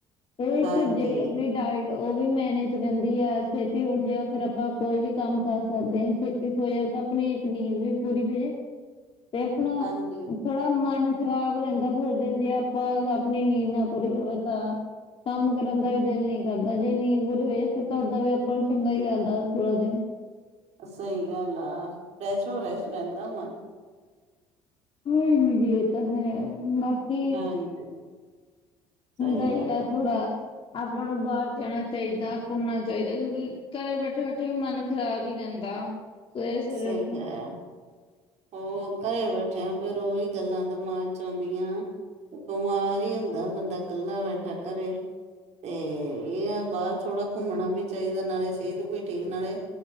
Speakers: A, on the left (about 40°); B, on the right (about 55°).
A: ਇਹ ਇੱਕ
B: ਹਾਂਜੀ
A: ਜਿਹੜੀ ਆਪਣੀ ਡਾਇਟ ਉਹ ਵੀ ਮੈਨੇਜ ਰਹਿੰਦੀ ਆ ਛੇਤੀ ਉੱਠ ਜਾਓ ਫਿਰ ਆਪਾਂ ਕੋਈ ਵੀ ਕੰਮ ਕਰ ਸਕਦੇ ਹਾਂ ਛੇਤੀ ਸੋਜਾ ਤਾਂ ਆਪਣੀ ਇੱਕ ਨੀਂਦ ਵੀ ਪੂਰੀ ਹੋ ਜੇ ਤੇ ਆਪਣਾ।
B: ਹਾਂਜੀ।
A: ਥੋੜਾ ਮਨ ਖ਼ਰਾਬ ਰਹਿੰਦਾ ਫ ਦਿਨ ਜੇ ਆਪਾਂ ਆਪਣੀ ਨੀਂਦ ਨਾ ਪੂਰੀ ਹੋਵੇ ਤਾਂ। ਕੰਮ ਕਰਨ ਦਾ ਵੀ ਦਿਲ ਨਹੀਂ ਕਰਦਾ ਜੇ ਨੀਂਦ ਪੂਰੀ ਹੋ ਜਾ ਫਿਰ ਤਾਂ ਓਦਾਂ ਵੀ ਆਪਾਂ ਨੂੰ ਚੰਗਾ ਹੀ ਲੱਗਦਾ ਪੂਰਾ ਦਿਨ
B: ਸਹੀ ਗੱਲ ਆ ਫਰੈਸ਼ ਹੋਰੈਸ਼ ਰਹਿੰਦਾ ਵਾ।
A: ਹੋਈ ਬੀਜੀ ਇਹ ਤਾਂ ਹੈ ਮੈਂ। ਕੀ
B: ਹਾਂਜੀ ਸਹੀ
A: ਹੁੰਦਾ ਹੀ
B: ਗੱਲ
A: ਆ ਥੋੜਾ। ਆਪਾਂ ਨੂੰ ਬਾਹਰ ਜਾਣਾ ਚਾਹੀਦਾ ਘੁੰਮਣਾ ਚਾਹੀਦਾ। ਕਿਉਂਕਿ ਘਰੇ ਬੈਠੇ-ਬੈਠੇ ਵੀ ਮਨ ਖ਼ਰਾਬ ਹੀ ਰਹਿੰਦਾ। ਸਵੇਰੇ ਸਵੇਰੇ
B: ਸਹੀ
A: ਉੱਠੋ
B: ਗੱਲ ਔ। ਉਹ ਘਰੇ ਬੈਠਿਆ ਫੇਰ ਉਹੀ ਗੱਲਾਂ ਦਿਮਾਗ 'ਚ ਆਦੀਆਂ। ਬਿਮਾਰ ਹੀ ਹੁੰਦਾ ਬੰਦਾ ਕੱਲਾ ਬੈਠਾ ਘੱਰੇ। ਤੇ ਇਹ ਆ ਬਾਹਰ ਥੋੜ੍ਹਾ ਘੁੰਮਣਾ ਵੀ ਚਾਹੀਦਾ ਨਾਲੇ ਸਿਹਤ ਵੀ ਠੀਕ ਨਾਲੇ